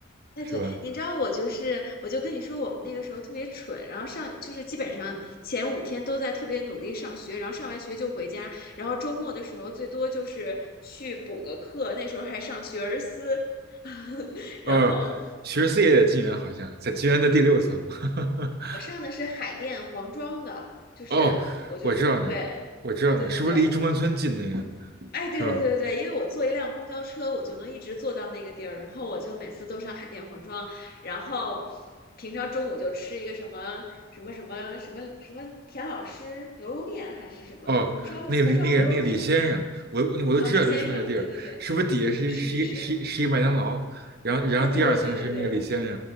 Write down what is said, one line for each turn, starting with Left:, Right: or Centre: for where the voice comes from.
Left: 哎，
Right: 是吧？
Left: 对，你知道我就是，我就跟你说，我们那个时候特别蠢，然后上就是基本上前五天都在特别努力上学，然后上完学就回家，然后周末的时候最多就是去补个课，那时候还上学而思，<laughs>
Right: 呃，
Left: 然后
Right: 学士也在金源，好像在金源的第六层。<laughs>
Left: 我上的是海淀黄庄的，就是我就对
Right: 哦，我知道那儿我知道那儿是不是离中关村近那个，
Left: 对对对，哎，
Right: 是吧？
Left: 对对对对对，因为我坐一辆公交车，我就能一直坐到那个地儿，然后我就每次都上海淀黄庄，然后平常中午就吃一个什么什么什么什么什么田老师牛肉面还是什么的，
Right: 哦，
Left: 红烧红烧牛肉面，
Right: 那个李那个那个李先生，我我我都知道您说那地儿，
Left: 哦，李先生，对对对，
Right: 是不是底下是一是一是一是一麦当劳，
Left: 是是是，
Right: 然后然后第二层是那个李先生，
Left: 哎，对对对对对，